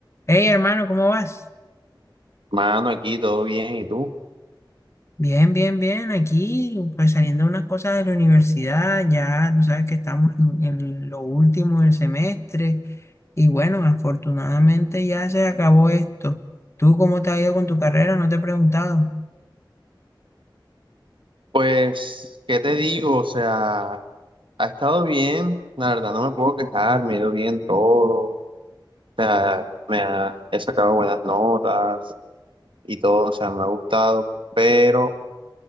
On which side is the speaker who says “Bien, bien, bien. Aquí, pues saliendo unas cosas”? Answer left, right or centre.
Left